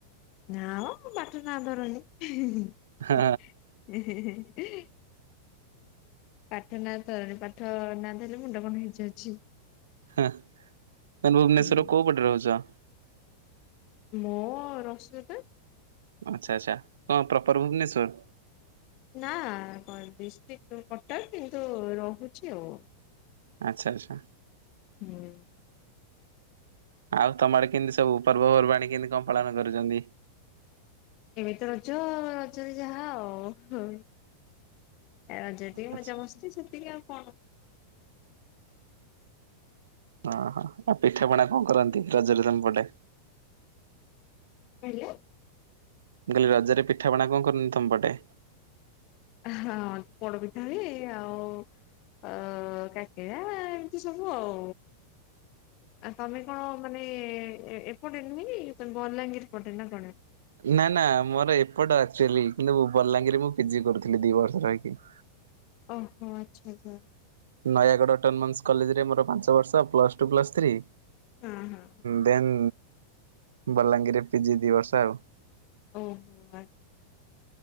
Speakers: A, on the left; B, on the right.
A: ନାଁମ ପାଠ ନାଁ ଧରନି ଇହି ହିଁ
B: ହଁ
A: ହିଁ। ପାଠ ନା ଧରନି ପାଠ ନା ଧଇଲେ ମୁଣ୍ଡ କଣ ହେଇଯାଉଛି।
B: ହା ତ ଭୁବନେଶ୍ୱର
A: ହୁଁ।
B: କୋଉ ପଟେ ରହୁଛ?
A: ମୁଁ <unintelligible>
B: ଆଚ୍ଛା ଆଚ୍ଛା। କଣ ପ୍ରପର ଭୁବନେଶ୍ଵର?
A: ନାଁ ଡିଷ୍ଟିକ୍ କଟକ କିନ୍ତୁ ରହୁଛି ଆଉ।
B: ଆଚ୍ଛା ଆଚ୍ଛା।
A: ହୁଁ।
B: ଆଉ ତମର କେନ୍ତି ସବୁ ପର୍ବପର୍ବାଣୀ କେନ୍ତି କଣ ପାଳନ କରୁଛନ୍ତି?
A: ଏବେ ତ ରଜ ରଜରେ ଯାହା ଆଉ। ରଜ ଟିକେ
B: ଆଚ୍ଛା
A: ମଜା ମସ୍ତି ସେତିକି ଆଉ କଣ!
B: ଅ ହଁ, ଆଉ ପିଠାପଣା କଣ କରନ୍ତି ରଜରେ ତମ ପଟେ?
A: <inaudible>
B: ମୁଁ କହିଲି ରଜରେ ପିଠାପଣା କଣ କରନ୍ତି ତମ ପଟେ?
A: ଅ ହଁ ପୋଡ ପିଠା ହୁଏ, ଆଉ ଅ କାକେରା ଏମ୍ତି ସବୁ ଆଉ। ଆ ତମେ କଣ ମାନେ ଏପଟେ ନୁହେଁ କି ବଲାଙ୍ଗୀର ପଟେ ନା କଣ?
B: ନା-ନା ମୋର ଏପଟ ଆକ୍ଚୁଆଲି କିନ୍ତୁ ବଲାଙ୍ଗୀରରେ ମୁଁ ପିଜି କରୁଥିଲି ଦି ବର୍ଷ ରହିକି।
A: ଓହୋ, ଆଚ୍ଛା-ଆଚ୍ଛା।
B: ନୟାଗଡ଼ ଅଟୋନୋମସ୍ କଲେଜରେ ମୋର ପାଞ୍ଚ ବର୍ଷ ପ୍ଲସ୍ ଟୁ ପ୍ଲସ୍ ଥ୍ରି।
A: ହୁଁ-ହୁଁ।
B: ଦେନ୍ ବଲାଙ୍ଗୀରରେ ପିଜି ଦି ବର୍ଷ ଆଉ।
A: ଓହୋ ଆଚ୍ଛା,